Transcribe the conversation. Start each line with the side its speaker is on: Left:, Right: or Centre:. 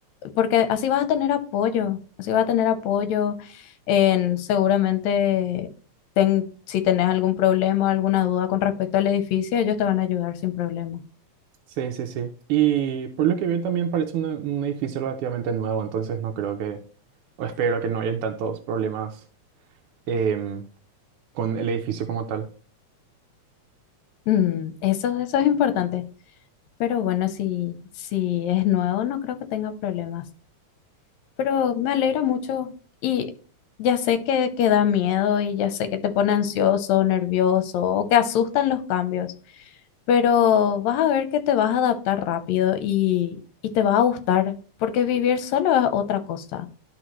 Left: porque así vas a tener apoyo, así vas a tener apoyo en seguramente ten- si tenés algún problema, alguna duda con respecto al edificio, ellos te van a ayudar sin problema.
Right: Sí, sí, sí. Y por lo que veo también parece un, un edificio relativamente nuevo, entonces no creo que, o espero que no hayan tantos problemas em, con el edificio como tal.
Left: Mm, eso, eso es importante. Pero bueno, si, si es nuevo, no creo que tenga problemas. pero me alegra mucho y ya sé que, que da miedo y ya sé que te pone ansioso, nervioso o que asustan los cambios, pero vas a ver que te vas a adaptar rápido y, y te va a gustar, porque vivir solo es otra cosa.